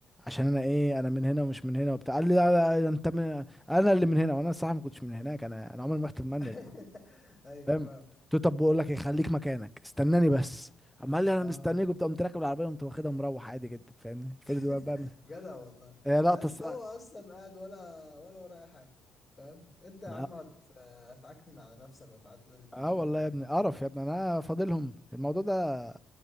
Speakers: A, in the centre; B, on the left.
A: عشان انا ايه انا من هنا ومش من هنا وبتاع قال لي لا لا لا، انت من انا اللي من هنا وانا الصراحه ما كنتش من هناك انا انا عمري ما رحت المانيا
B: <laughs> ايوه
A: فاهم
B: فاهم
A: قلت له طب بقول لك ايه خليك مكانك استناني بس اما قال لي انا
B: اه
A: مستنيك وبتاع قمت راكب العربيه قمت واخدها مروح عادي جدا فاهمني فضل
B: <laughs>
A: بقى بقى
B: جدع والله
A: هي لقطه
B: لا اصل
A: الصراحه
B: هو اصلا قاعد ولا ولا وراه اي حاجه فاهم انت يا عم
A: اه
B: هت... هتعكنن على نفسك وتعدل النزوله
A: آه والله
B: ليه
A: يا ابني
B: يعني
A: قرف يا ابني انا فاضلهم الموضوع ده